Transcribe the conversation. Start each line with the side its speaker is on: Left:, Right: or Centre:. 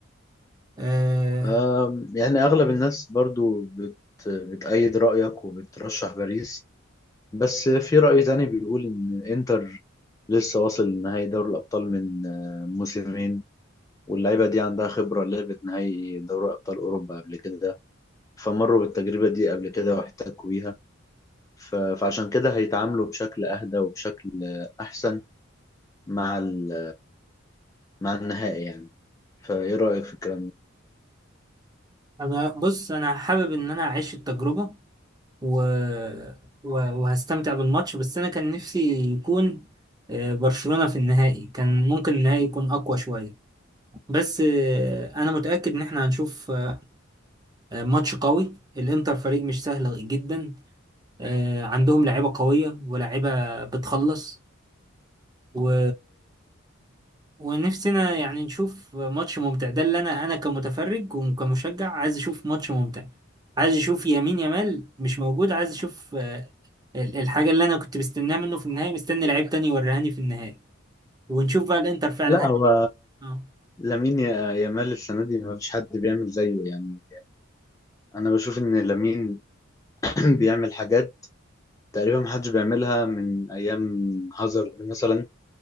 Right: آه،
Left: آم، يعني اغلب الناس برضو بت... بتأيد رأيك وبترشح باريس بس في رأي تاني بيقول إن إنتر لسه واصل لنهائي دوري الأبطال من آه، موسمين واللعيبة دي عندها خبرة لعبت نهائي دوري أبطال أوروبا قبل كده فمروا بالتجربة دي قبل كده واحتكوا بيها ف- فعشان كده هيتعاملوا بشكل أهدى وبشكل آه، أحسن مع ال- مع النهائي يعني فإيه رأيك في الكلام ده؟
Right: انا بص انا حابب ان انا اعيش التجربه و... و... وهستمتع بالماتش بس انا كان نفسي يكون آه، برشلونه في النهائي كان ممكن النهائي يكون اقوى شويه بس آه، انا متاكد ان احنا هنشوف آه، ماتش قوي الانتر فريق مش سهل جدا آه، عندهم لعيبه قويه ولاعيبه بتخلص و... ونفسنا يعني نشوف ماتش ممتع ده اللي انا انا كمتفرج وكمشجع عايز اشوف ماتش ممتع عايز اشوف يمين يمال مش موجود عايز اشوف آه، ال- الحاجة اللي انا كنت مستناها منه في النهاية مستني لعيب تاني يوريهاني في النهاية ونشوف بقى الانتر فعلا
Left: لا
Right: هل
Left: هو
Right: اه
Left: لامين يا- يامال السنة دي ما فيش حد بيعمل زيه يعني أنا بشوف إن لامين <clears throat> بيعمل حاجات تقريبا محدش بيعملها من ايام هازارد مثلا